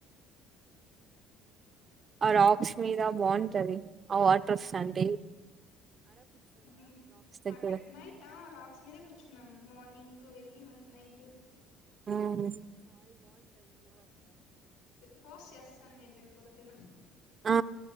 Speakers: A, on the right; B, on the left.
A: ఆ రాక్స్ మీద బాగుంటది ఆ వాటర్ వస్తంటె
B: మ్మ్
A: దగ్గర
B: ఆక్టర్ నైట్ హా రా మీద కూర్చున్నాం మార్నింగ్ వెళ్ళి మళ్ళీ నైట్
A: మ్మ్
B: పోస్ చెస్ తన్ నేన్ రేప్ పొద్దున
A: ఆ